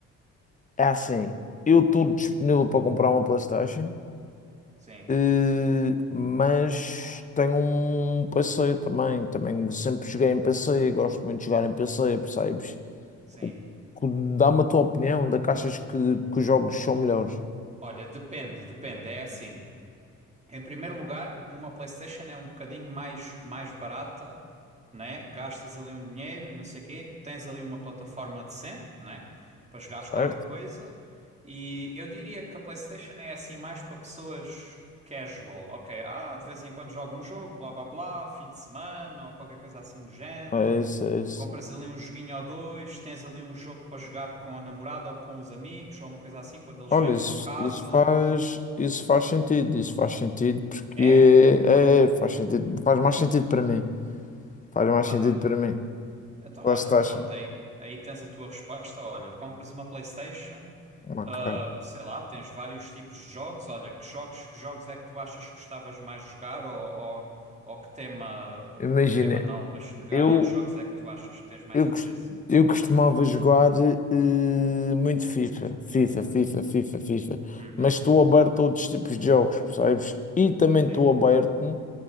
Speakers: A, on the left; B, on the right.
A: É assim, eu estou disponível para comprar uma PlayStation,
B: sim,
A: eh, mas tenho um PC também. Também sempre joguei em PC, gosto muito de jogar em PC, percebes?
B: sim.
A: O que- Dá-me a tua opinião de que achas que, que os jogos são melhores,
B: Olha, depende, depende, é assim. Em primeiro lugar, uma PlayStation é um bocadinho mais, mais barata, né? Gastas ali um dinheiro e não sei o quê. Tens ali uma plataforma decente, né? Para jogares qualquer
A: certo?
B: coisa. E eu diria que a PlayStation é assim mais para pessoas casual. Ok, ah, de vez em quando jogo um jogo, blá blá blá, fim de semana ou qualquer coisa assim do género.
A: É isso, é isso.
B: Compras ali um joguinho ou dois, tens ali um jogo para jogar com a namorada ou com os amigos ou uma coisa assim quando eles
A: Olha,
B: venham
A: isso,
B: a casa.
A: isso faz, isso faz sentido, isso faz sentido porque
B: É,
A: é, é, faz sentido, faz mais sentido para mim. Faz mais
B: tá
A: sentido
B: bem.
A: para mim.
B: Então,
A: PlayStation,
B: olha, pronto, aí, aí tens a tua resposta. Olha, compras uma PlayStation,
A: ok.
B: ah, sei lá, tens vários tipos de jogos. Olha, que jogos, que jogos é que tu achas que gostavas mais de jogar? Ou, ou, ou que tema,
A: Imagina,
B: que tema não, mas que
A: eu.
B: área de jogos é que tu achas que tens mais
A: Eu,
B: interesse?
A: cos- eu costumava jogar eh, muito FIFA, FIFA, FIFA, FIFA, FIFA,
B: Uhum,
A: mas estou aberto a outros tipos de jogos, percebes? E também
B: sim.
A: estou aberto